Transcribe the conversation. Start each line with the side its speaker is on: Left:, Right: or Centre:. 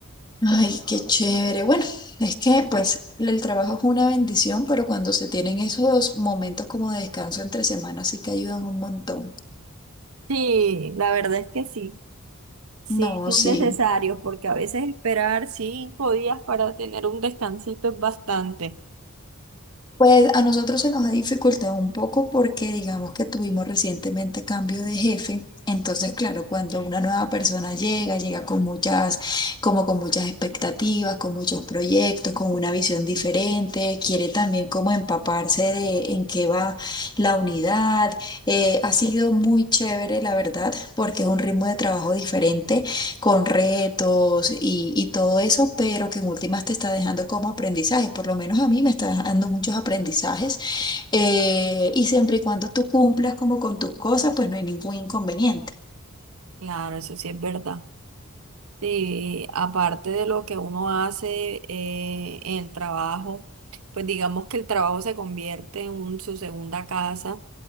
Left: Ay, qué chévere. Bueno, es que pues el trabajo es una bendición, pero cuando se tienen esos momentos como de descanso entre semanas sí que ayudan un montón.
Right: Sí, la verdad es que sí, sí,
Left: No,
Right: son
Left: sí.
Right: necesarios porque a veces esperar cinco días para tener un descansito es bastante.
Left: Pues a nosotros se nos ha dificultado un poco porque digamos que tuvimos recientemente cambio de jefe. Entonces, claro, cuando una nueva persona llega, llega con muchas, como con muchas expectativas, con muchos proyectos, con una visión diferente, quiere también como empaparse de en qué va la unidad. Eh, ha sido muy chévere, la verdad, porque es un ritmo de trabajo diferente con retos y, y todo eso, pero que en últimas te está dejando como aprendizajes, por lo menos a mí me está dejando muchos aprendizajes, eh, y siempre y cuando tú cumplas como con tus cosas, pues no hay ningún inconveniente.
Right: Claro, eso sí es verdad. Sí, aparte de lo que uno hace eh, en el trabajo, pues digamos que el trabajo se convierte en un- su segunda casa,